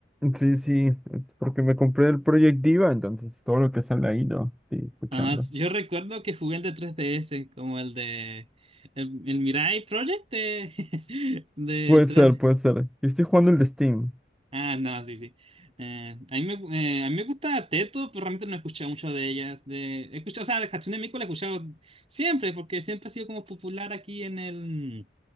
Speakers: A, in the centre; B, on the right.
A: Sí, sí, es porque me compré el Project Diva, entonces todo lo que sale ahí lo estoy escuchando.
B: Ah, s- yo recuerdo que jugué el de 3DS, como el de... El, el Mirai Project de, <laughs> de
A: Puede
B: 3D.
A: ser, puede ser. Yo estoy jugando el de Steam.
B: Ah, no, sí, sí. Eh, a mí me, eh, a mí me gusta Teto, pero realmente no he escuchado mucho de ellas. De, he escuchado, o sea, de Hatsune Miku la he escuchado siempre, porque siempre ha sido como popular aquí en el...